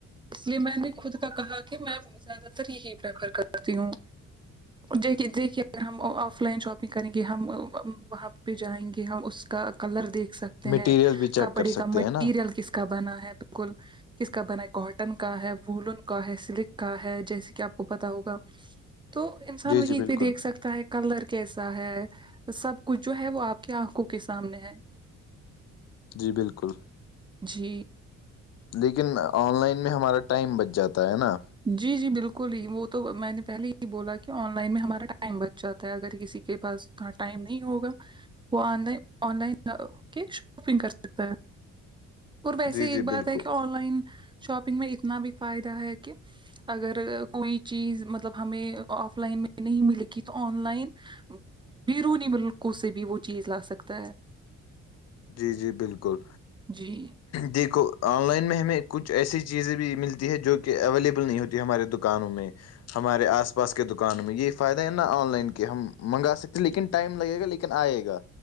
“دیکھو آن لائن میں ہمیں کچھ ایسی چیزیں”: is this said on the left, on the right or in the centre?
Left